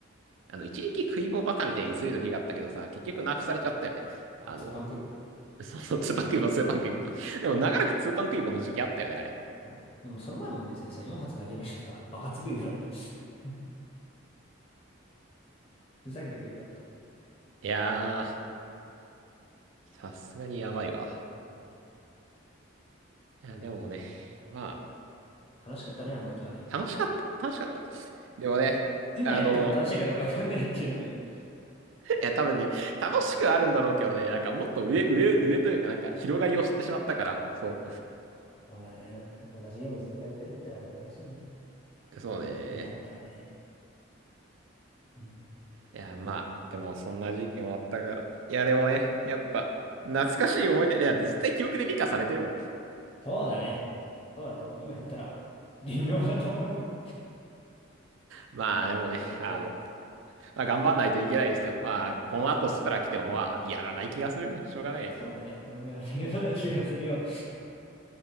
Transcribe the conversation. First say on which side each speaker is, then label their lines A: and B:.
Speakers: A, on the right; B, on the left.
A: あの、一時期クイボバカみたいにする時があったけどさ、結局ナーフされちゃったよね。
B: あ、
A: あの、
B: ツーパンクイボ。
A: そうそう、ツーパンクイボ、ツーパンクイボ。<laughs> でも長らくツーパンクイボの時期あったよね、あれ。
B: うん。でもその前も別にさ、4発投げるしさ、<laughs> バカつクイボだった。<laughs> ふざけたクイボだった。
A: いやー、さすがにやばいわ。
B: うん、
A: いや、
B: なんだ
A: でもね、ま
B: 楽しかったね、あの時はね。
A: あ、楽しかった。楽しかった。でもね、
B: 今やっても楽しいかどうかわかんないっていうのがね。
A: あの、いや、多分ね、楽しくはあるんだろうけどね、なんかもっと上、
B: うん。
A: 上、上というか、なんか広がりを知ってしまったから、そ
B: そうだね。同じゲームずっとやってるってのは難しいね。
A: う。そうね。
B: 今だったらね。うん。
A: いや、まあ、でもそんな時期もあったから。いや、でもね、やっぱ、懐かしい思い出、いや、絶対記憶で美化されてるもん。
B: そうだね。そうだと思う。今やったら微妙だと思う。
A: まあ、でもね、
B: こんな感じで。
A: あの、まあ、頑張んないといけないですよ。まあ、この後スプラ来ても、まあ、やらない気がするね。しょうがないね。
B: そうだね。俺もやらないような気がするよ。